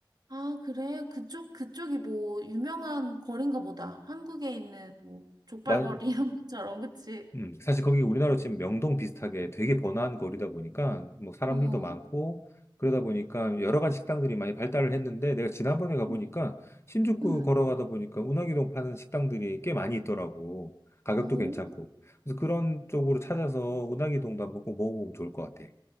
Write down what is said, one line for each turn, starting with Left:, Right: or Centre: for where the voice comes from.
Right: 아, 그래? 그쪽, 그쪽이 뭐, 유명한 거리인가 보다. 한국에 있는 뭐, 족발거리
Left: 마,
Right: 이런 <laughs> 것처럼, 그치?
Left: 음, 사실 거기 우리나라로 치면 명동 비슷하게 되게 번화한 거리다 보니까 뭐 사람들도
Right: 어.
Left: 많고 그러다 보니까 여러 가지 식당들이 많이 발달을 했는데 내가 지난번에 가보니까
Right: 응.
Left: 신주쿠
Right: 응.
Left: 걸어가다 보니까 운하기동 파는 식당들이 꽤 많이 있더라고. 가격도
Right: 어,
Left: 괜찮고. 그래서 그런 쪽으로 찾아서 운하기동도 한번 꼭 먹어보면 좋을 것 같아.